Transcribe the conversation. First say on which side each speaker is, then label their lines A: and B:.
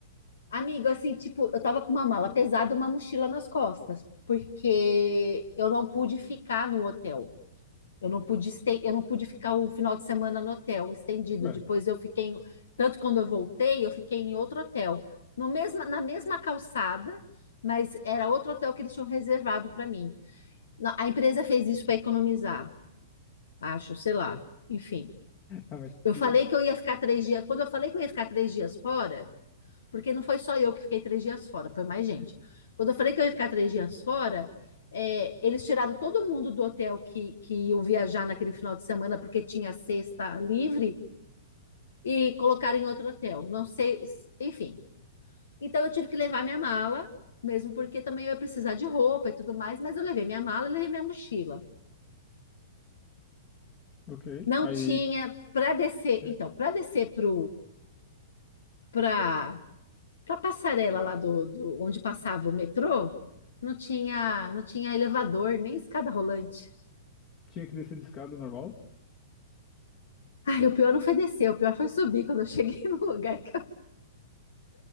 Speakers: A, on the left; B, on the left.
A: Amigo, assim, tipo, eu tava com uma mala pesada, uma mochila nas costas, porque eu não pude ficar no hotel. Eu não pude, este- eu não pude ficar o final de semana no hotel, estendido.
B: Ué,
A: Depois eu fiquei, em- tanto quando eu voltei, eu fiquei em outro hotel, no mesma, na mesma calçada, mas era outro hotel que eles tinham reservado para mim. Na- A empresa fez isso para economizar acho, sei lá. Enfim.
B: ah, mas
A: Eu
B: que
A: falei
B: isso?
A: que eu ia ficar três dias. Quando eu falei que eu ia ficar três dias fora, porque não foi só eu que fiquei três dias fora, foi mais gente. Quando eu falei que eu ia ficar três dias fora, é, eles tiraram todo mundo do hotel que, que iam viajar naquele final de semana, porque tinha sexta livre, e colocaram em outro hotel. Não sei, se- enfim. Então eu tive que levar minha mala, mesmo porque também eu ia precisar de roupa e tudo mais, mas eu levei minha mala e levei minha mochila.
B: Ok.
A: Não
B: Aí
A: tinha para descer.
B: é,
A: Então, para descer para para para passarela lá do, do onde passava o metrô, não tinha não tinha elevador nem escada rolante.
B: tinha que descer de escada normal.
A: Ai, o pior não foi descer, o pior foi subir quando eu cheguei <laughs> no lugar. que eu-